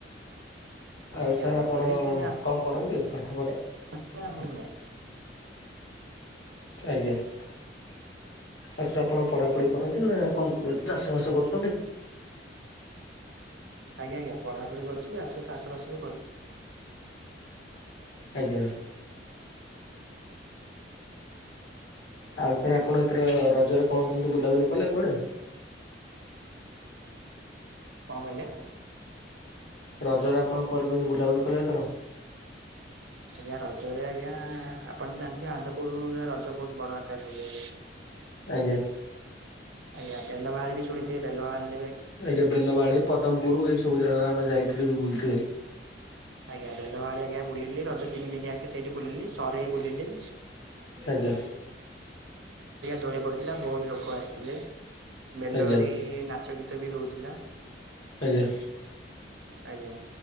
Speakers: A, on the left; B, on the right.
A: ଆଉ
B: ଆଜ୍ଞା
A: ସାର୍
B: ଆମ
A: ଆପଣ
B: ଘରେ ବି ସେ
A: କଣ କରନ୍ତି ପାଠ ପଢ଼ା?
B: <unintelligible>
A: <inaudible> ଆଜ୍ଞା ଆଉ ସାର୍ ଆପଣ ପଢାପଢି
B: ଆଜ୍ଞା
A: କରନ୍ତି ନା କଣ ଚାଷ ବାସ କରୁଛନ୍ତି
B: ଆଜ୍ଞା ଆଜ୍ଞା ପଢାପଢି କରୁଚି ଚାଷ ଚାଷବାସ ବି କରୁଛି।
A: ଆଜ୍ଞା। ଆଉ ସାର୍ ଆପଣ ଏଥିର ରଜରେ କଣ କେମତି ବୁଲାବୁଲି କଲେ କୁଆଡେ?
B: କଣ କହିଲେ?
A: ରଜରେ ଆପଣ କୁଆଡେ କେମିତି ବୁଲାବୁଲି କଲେ ଏଥର
B: ଆଜ୍ଞା ରଜରେ ଆଜ୍ଞା ଆପଣ ତ ଜାଣିଥିବେ ଆନ୍ଦପୁରରୁରେ ରଜ ବହୁତ ବଡ଼ ଆକାରରେ ହୁଏ।
A: ଆଜ୍ଞା।
B: ଆଜ୍ଞା ବେଲ ବାହାଳିବି ଶୁଣିଥିବେ ବେଲବାହାଲ।
A: ଆଜ୍ଞା ବେଲବାଳି ପଦମପୁର ଏଇ ସବୁ ଜାଗା ଆମେ ଯାଇଥିଲୁ ବୁଲ ତେ।
B: ଆଜ୍ଞା ରେଲବାଳି ଆଜ୍ଞା ବୁିଲିଲି ରଜ ତିନି ଦିନି ଆଗେ ସେଇଠି ବୁଲିଲି ସହରେଇ ବୁଲିଲି
A: ଆଜ୍ଞା।
B: ଦଳି ପଡ଼ିଥିଲା ବହୁତ ଲୋକ ଆସିଥିଲେ ମେଲୋଡ଼ି
A: ଆଜ୍ଞା
B: ନାଚ ଗୀତ ବି ହଉଥିଲା।
A: ଆଜ୍ଞା।
B: ଆଜ୍ଞା